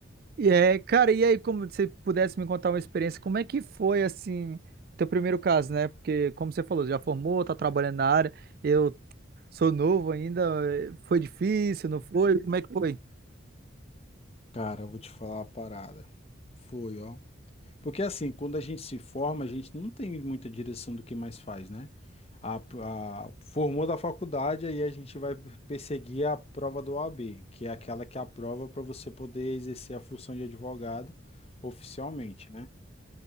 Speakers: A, on the right (about 50°); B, on the left (about 30°).
A: E é, cara, e aí, como você pudesse me contar uma experiência, como é que foi, assim, o teu primeiro caso, né? Porque, como você falou, já formou, tá trabalhando na área, eu sou novo ainda, eh, foi difícil, não foi? Como é que foi?
B: Cara, eu vou te falar a parada. Foi, ó. Porque assim, quando a gente se forma, a gente não tem muita direção do que mais faz, né? A, a- formou da faculdade, aí a gente vai perseguir a prova do OAB, que é aquela que é a prova para você poder exercer a função de advogado oficialmente, né?